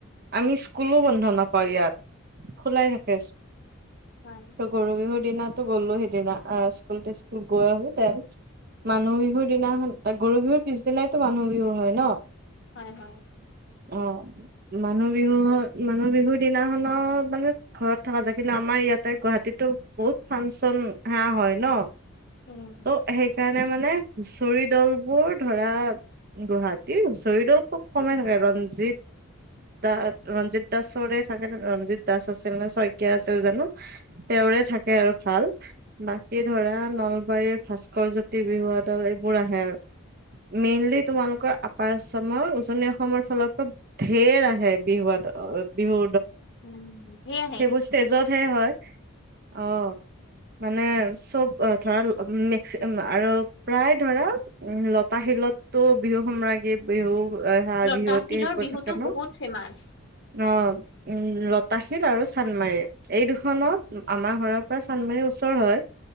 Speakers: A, on the right; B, on the left.
A: আমি স্কুলো বন্ধ নাপাওঁ ইয়াত। খোলাই থাকে।
B: হয়
A: ত গৰ বিহুৰ দিনাতো গ'লো। সেইদিনা স্কুল টিস্কুল গৈ আহো। মানুহ বিহুৰ দিনাখন গৰু বিহুৰ পিছদিনাইতো মানুহ বিহু হয় ন
B: হয় হয়
A: অ মানুহ বিহু মানুহ বিহুৰ দিনাখনত মানে ঘৰত থকা যায়। কিন্তু আমাৰ ইয়াতে গুৱাহাটীতো বহুত ফাংচন সে হয় ন
B: উম
A: অ সেই কাৰণে মানে হুঁচৰি দল বোৰ ধৰা গুৱাহাটী হুচৰি দল খুব কমে থাকে ৰঞ্জিত দা ৰঞ্জিত দাসৰে থাকে ৰঞ্জিত দাস আছিল নে ছয় আছিল জানো তেওঁৰে থাকে আৰু ভাল। বাকী ধৰা নলবাৰীৰ ভাস্কৰ জ্যোতি বিহুৱ দল এইবোৰ আহে আৰু মেইনলি তোমালোকৰ আপাৰ অসমৰ উজনি অসমৰ ফালৰ পৰা ঢেৰ আহে। বিহুৱা দল বিহু
B: উম ধেই আহে
A: সেইবোৰ ষ্টেজতহে হয়। অ মানে চব ধৰা মেক্সি আৰু প্ৰায় ধৰা উ লতাশিলতটো বিহু সম্ৰাগী বিহু সেয়া
B: লতাশিলৰ
A: বিহুৱতী সেবোৰ
B: বিহুটো
A: থাকে ন
B: বহুত ফেমাচ
A: ন উ লতাশিল আৰু মাৰে এই দুখনত
B: উম
A: আমাৰ ঘৰত চান্দমাৰীৰ ওচৰ হয়।